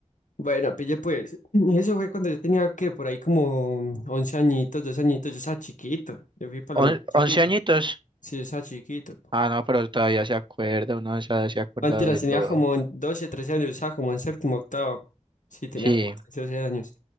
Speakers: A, on the left; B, on the right.
A: Bueno, pille pues. <clears throat> Eso fue cuando yo tenía que por ahí como 11 añitos, 12 añitos. Yo estaba chiquito. Yo fui para
B: On-
A: Alemania chiquito.
B: ¿Once añitos?
A: Sí, yo estaba chiquito.
B: Ah, no, pero todavía se acuerda, uno se, se ha acordado
A: Antes la
B: de
A: tenías
B: todo.
A: como en 12, 13 años, estaba como en séptimo, octavo. Sí, tenía
B: Sí,
A: como 13, 12 años.